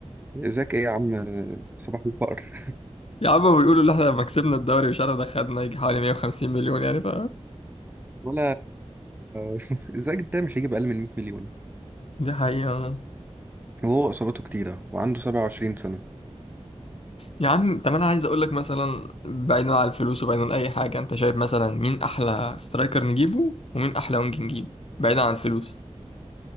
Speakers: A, on the right; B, on the left.
A: ازاك ايه يا عم صباح الفقر
B: يا عم بيقولوا ان احنا لما كسبنا الدوري مش عارف دخلنا يجي حوالي 150 مليون يعني ف
A: ولا <laughs> ازاك ده مش هيجيب اقل من 100 مليون
B: دي حقيقة
A: وهو اصاباته كتيرة وعنده 27 سنة
B: يا عم طب انا عايز اقول لك مثلا بعيدا عن الفلوس وبعيدا عن اي حاجة انت شايف مثلا مين احلى سترايكر نجيبه ومين احلى وينج نجيبه بعيدا عن الفلوس